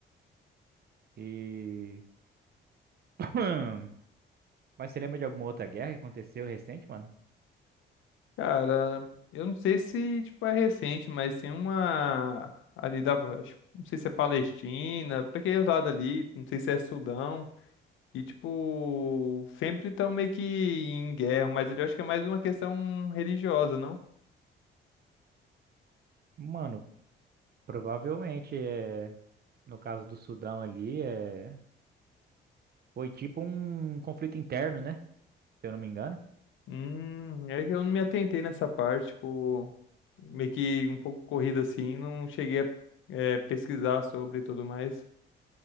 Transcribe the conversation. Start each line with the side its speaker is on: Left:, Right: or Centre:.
Right: E. <clears throat> Mas você lembra de alguma outra guerra que aconteceu recente, mano?
Left: Cara, eu não sei se, tipo, é recente, mas tem uma ali da, acho- não sei se é Palestina, pra aquele lado ali, não sei se é Sudão, e, tipo, sempre estão meio que em guerra, mas ali eu acho que é mais uma questão religiosa, não?
Right: Mano, provavelmente é. No caso do Sudão ali, é... foi tipo um conflito interno, né? Se eu não me engano.
Left: Hum, é que eu não me atentei nessa parte, tipo, meio que um pouco corrida assim, não cheguei a, eh, pesquisar sobre e tudo mais.